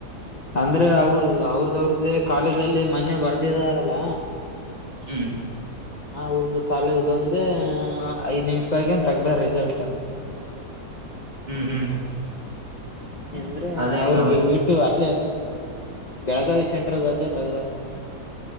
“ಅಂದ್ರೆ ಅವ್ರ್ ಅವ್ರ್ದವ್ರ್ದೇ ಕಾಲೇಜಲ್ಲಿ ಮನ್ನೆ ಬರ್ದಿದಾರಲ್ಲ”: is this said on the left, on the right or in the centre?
Left